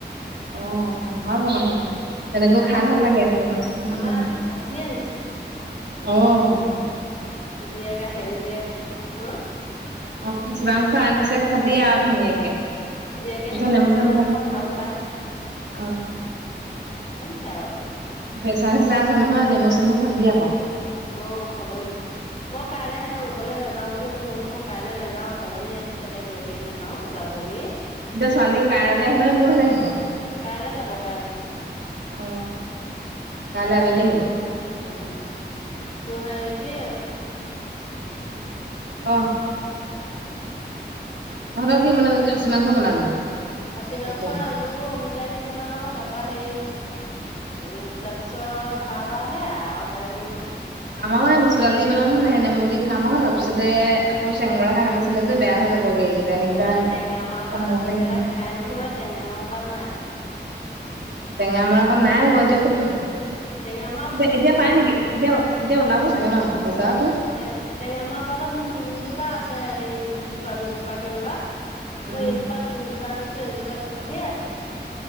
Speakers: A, on the right; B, on the left.
A: অ হয় বা কথাটো। তেনেকেও
B: আমাৰ
A: খাই ভাল
B: খাচ
A: লাগে,
B: আমাৰ
A: উম।
B: আজি খাচী আনিছে
A: অঁ।
B: জীয়েক আহে, জীয়েক
A: অ
B: হ
A: অ খাছী মাংস আনদিছে খাবি আৰু ধুনীয়াকে।
B: জীয়েকে
A: তাৰপিছত
B: হেনো
A: নেমু
B: খাচী
A: চেমু
B: মাংস
A: খাবি
B: ভাল পায়,
A: অ
B: আনিছে আৰু বাপেকে।
A: পেচা-চেচা আছে নহয়, নেমু-চেমু খাবি আক।
B: অঁ খাব লাগিব। মই কাইলৈ সিহঁত ৰুবলৈ নাযাওঁ বুলি কৈছো বোলো, মই কাইলৈ নাযাওঁ ছোৱালজনী আহিছে তাইক লগে নেপ পাওঁ যাবগে।
A: এতিয়া ছোৱালী কাইলৈ আহিব নে, পৰহিলে আহিব?
B: কাইলে যাব কাইলে।
A: অ কাইলৈ আবেলি আহিব।
B: উম, চু হেই কি
A: অহ। তহত কি বনাবি, খাছী মাংস বনাবি?
B: খাচী মাংস,
A: তেতিয়াহ'লে
B: আলু, অমিতা দি বনাম আৰু তাৰপা হেৰি উম তাৰ পিছত ভাত আৰু সেয়াই আও, আৰু বেলেগ নবনাও।
A: আমাৰো সেই মচুৰ দালি বনাম, সেই নেমু দি খাম আৰু তাৰপিছতে আকৌ চেংমৰা শাক আনিছিলে যে বেয়া হৈ যাবগে। এইকেইটা
B: আকৌ সেই টেঙা মৰা
A: সেইকেইটা
B: পাত দি পেলাই খাই নহয়, টেঙা মৰা পাত নাই?
A: টেঙা মৰা পাত নাই আকৌ এতিয়া ক'ত পাবি,
B: টেঙামৰা মোক
A: এতিয়া
B: তিনিজোপা
A: পাই নেকি এতিয়া? এতিয়া ওলাব চাগে ন? বজাৰতো
B: টেঙা টেঙামৰা পাতত মোৰ তিনজোপা আছে সেই দুজোপা-দুজোপা কে ৰোৱা।
A: উম
B: অ, এইজোপা তিনজোপা ৰুইছোঁ এজোপা তিনি ঢেৰ আছে।